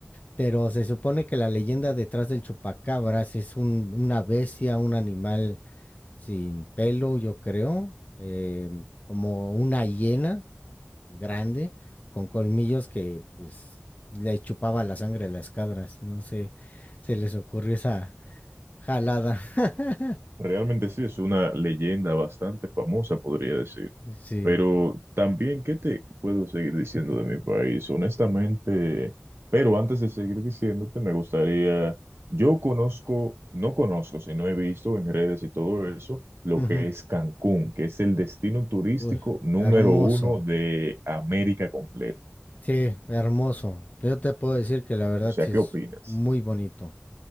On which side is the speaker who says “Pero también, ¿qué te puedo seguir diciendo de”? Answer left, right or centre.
Right